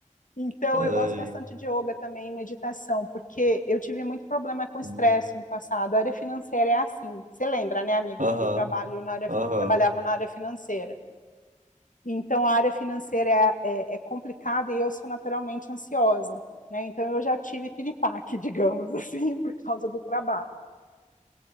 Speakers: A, on the left; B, on the right.
A: Então,
B: Ai,
A: eu gosto bastante de yoga também, e meditação, porque eu tive muito problema com estresse
B: hum,
A: no passado. A área financeira é assim. Você lembra, né, amigo,
B: Aham,
A: que eu trabalho na área,
B: aham.
A: fin- trabalhava na área financeira. Então, a área financeira é, é, é complicada e eu sou naturalmente ansiosa, né? Então, eu já tive piripaque, <laughs> digamos assim, por causa do trabalho.